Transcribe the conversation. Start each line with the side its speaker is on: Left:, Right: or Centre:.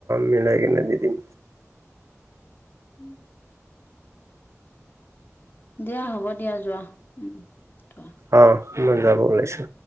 Right: মিলাই কিনে দি দিম।
Left: উম। দিয়া হ'ব দিয়া, যোৱা। থোৱা।
Right: অহ, মই যাব উলাইছো।